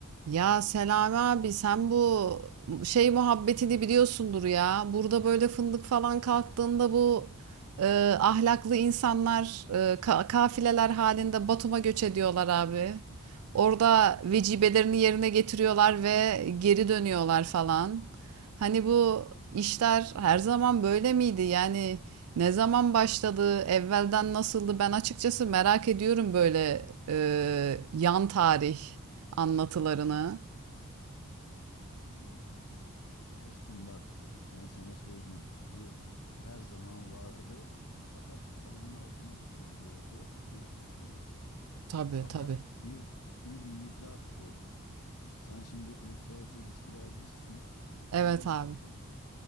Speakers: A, on the right (about 80°); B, on the left (about 90°).
A: Ya Selami abi sen bu şey muhabbetini biliyorsundur ya. Burada böyle fındık falan kalktığında bu e, ahlaklı insanlar e, ka- kafileler halinde Batum'a göç ediyorlar abi. Orada vecibelerini yerine getiriyorlar ve geri dönüyorlar falan. Hani bu işler her zaman böyle miydi? Yani ne zaman başladı, evvelden nasıldı? Ben açıkçası merak ediyorum böyle e, yan tarih anlatılarını.
B: <laughs> Şimdi Güneşciğim bak ben sana söyleyeyim. Bu her zaman vardı fakat halının altına süpürülüyordu, gözükmüyordu.
A: Tabii
B: Fakat
A: tabii.
B: bir bir milat oldu. Sen şimdi uluslararası ilişkilercisin.
A: Evet
B: Bu milatın,
A: abi.